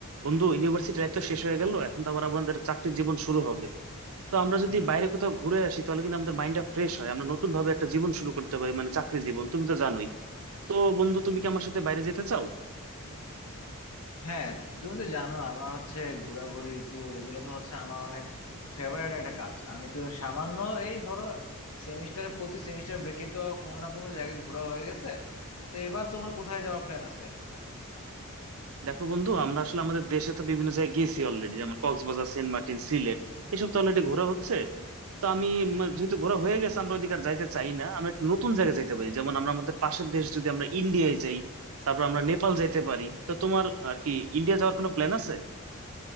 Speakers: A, on the right; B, on the left.
A: বন্ধু university life তো শেষ হয়ে গেল এখন তো আবার আমাদের চাকরির জীবন শুরু হবে তো আমরা যদি বাইরে কোথাও ঘুরে আসি তাহলে কিন্তু আমাদের মাইন্ডটা ফ্রেশ হয় আমরা নতুন ভাবে একটা জীবন শুরু করতে পারি মানে চাকরি জীবন তুমি তো জানোই তো বন্ধু তুমি কি আমার সাথে বাইরে যেতে চাও
B: হ্যাঁ তুমি তো জানো আমার হচ্ছে ঘোরাঘুরি ট্যুর এগুলো তো হচ্ছে আমার অনেক ফেভারিট একটা কাজ আমি তো সামান্য এই ধরো সেমিস্টারের প্রতি সেমিস্টার ব্রেকে তো কোনো না কোনো জায়গায় ঘোরা হয়ে গেছে তো এবার তোমার কোথায় যাওয়ার প্ল্যান আছে
A: দেখো বন্ধু আমরা আসলে আমাদের দেশে তো বিভিন্ন জায়গায় গেছি অলরেডি যেমন কক্সবাজার সেন্ট মার্টিন সিলেট এসব তো অলরেডি ঘোরা হচ্ছে তো আমি ম- যেহেতু ঘোরা হয়ে গেছে আমরা ওদিকে আর যাইতে চাই না আমরা একটু নতুন জায়গায় যাইতে পারি যেমন আমরা আমাদের পাশের দেশ যদি আমরা ইন্ডিয়ায় যাই তারপর আমরা নেপাল যাইতে পারি তো তোমার আর কি ইন্ডিয়া যাওয়ার কোনো প্ল্যান আছে